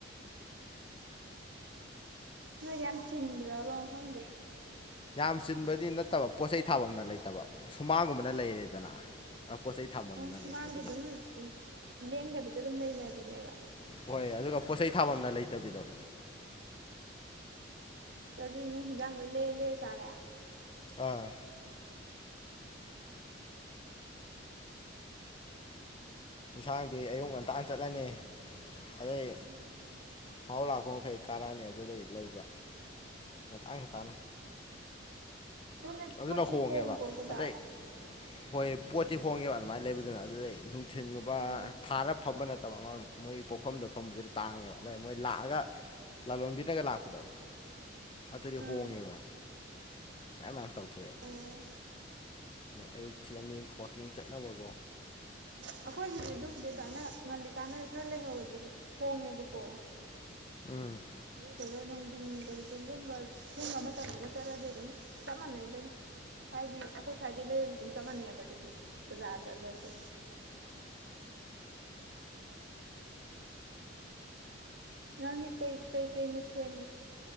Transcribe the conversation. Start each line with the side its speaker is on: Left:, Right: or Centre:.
Right: ꯅꯣꯏ ꯌꯥꯝ ꯆꯤꯟꯕ꯭ꯔꯕ ꯐꯕꯤ
Left: ꯌꯥꯝ ꯆꯤꯟꯕꯗꯤ ꯅꯠꯇꯕ ꯄꯣꯠ ꯆꯩꯩ ꯊꯥꯐꯝꯅ ꯂꯩꯇꯕ ꯁꯨꯃꯥꯡꯒꯨꯝꯕꯅ ꯂꯩꯔꯦꯗꯅ ꯄꯣꯠ ꯆꯩ ꯊꯥꯐꯝꯅ
Right: ꯑꯣ ꯁꯨꯃꯥꯡꯗꯤ
Left: ꯂꯩꯇꯕꯤꯗꯣ
Right: ꯑꯗꯨꯝ ꯂꯦꯡꯗꯕꯤꯗ ꯑꯗꯨꯝ ꯂꯩꯅꯔꯤꯅꯦꯕ
Left: ꯍꯣꯏ ꯑꯗꯨꯒ ꯄꯣꯠꯆꯩ ꯊꯥꯐꯝꯅ ꯂꯩꯇꯕꯤꯗꯣ
Right: ꯑꯗꯨꯅ ꯍꯖꯥꯡꯒ ꯂꯩ ꯂꯩꯦ ꯆꯥꯔꯦ
Left: ꯑꯥ ꯏꯟꯁꯥꯡꯗꯤ ꯑꯌꯨꯛ ꯉꯟꯇꯥ ꯆꯠꯂꯅꯤ ꯑꯗꯩ
Right: ꯎꯝ
Left: ꯍꯥꯎ ꯂꯥꯛꯄ ꯃꯈꯩ ꯀꯥꯔꯛ ꯑꯅꯤ ꯑꯗꯨꯗꯩ ꯂꯩꯕ ꯉꯟꯇꯥ ꯉꯟꯇꯥꯅ
Right: ꯑꯗꯣ ꯅꯣꯏ
Left: ꯑꯗꯨꯅ
Right: ꯄꯣꯠꯇꯤ
Left: ꯍꯣꯡꯉꯦꯕ
Right: ꯍꯣꯡꯕ꯭ꯔꯣ ꯕꯥꯖꯔ
Left: ꯑꯗꯩ ꯍꯣꯏ ꯄꯣꯠꯇꯤ ꯍꯣꯡꯉꯦꯕ ꯑꯗꯨꯃꯥꯏꯅ ꯂꯩꯕꯗꯨꯅ ꯑꯗꯨꯗꯩ ꯅꯨꯡꯊꯤꯟꯒꯨꯝꯕ
Right: ꯎꯝ
Left: ꯊꯥꯔ ꯐꯝꯕ ꯅꯠꯇꯕ ꯑꯃ ꯃꯣꯏ ꯄꯣꯠꯐꯝꯗ ꯐꯝꯕꯗꯨꯗꯤ ꯇꯥꯡꯉꯦꯕ ꯑꯗꯩ ꯃꯣꯏ ꯂꯥꯛꯑꯒ ꯂꯥꯂꯣꯟꯕꯤꯅꯒ ꯂꯥꯛꯄꯗꯣ ꯑꯗꯨꯗꯤ
Right: ꯎꯝ
Left: ꯍꯣꯡꯉꯦꯕ ꯃꯌꯥꯝ ꯃꯌꯥꯝ ꯇꯧꯊꯣꯛꯑꯦꯕ
Right: ꯑꯣ
Left: ꯑꯗꯨꯅ ꯑꯌꯨꯛꯁꯦ ꯃꯤ ꯋꯥꯛꯀꯤꯡ ꯆꯠꯅꯕꯀꯣ
Right: ꯑꯩꯈꯣꯏꯁꯤꯗꯤ ꯑꯗꯨꯃꯥꯏꯅ ꯉꯜꯂꯤꯀꯥꯟꯗ ꯈꯔ ꯂꯩꯍꯧꯔꯗꯤ ꯍꯣꯡꯉꯦꯕꯀꯣ
Left: ꯎꯝ
Right: ꯑꯗꯨꯗꯨꯒ ꯅꯨꯡꯗꯤꯟ ꯗꯥꯒꯨꯝꯕ ꯁꯨꯒꯨꯝꯕ ꯃꯇꯝꯗꯒ ꯆꯠꯂꯗꯤ ꯑꯗꯨꯝ ꯆꯞ ꯃꯥꯟꯅꯩꯗ ꯑꯗꯨꯝ ꯍꯥꯏꯗꯤ ꯑꯩꯈꯣꯏ ꯁ꯭ꯋꯥꯏꯗꯤ ꯂꯩꯔꯁꯨ ꯑꯗꯨꯝ ꯆꯞ ꯃꯥꯟꯅꯩꯕ ꯑꯗꯨꯗꯤ ꯕꯖꯥꯔ ꯆꯠꯂꯁꯨ ꯅꯪꯗꯤ ꯀꯩ ꯀꯩ ꯀꯩ ꯃꯊꯦꯜ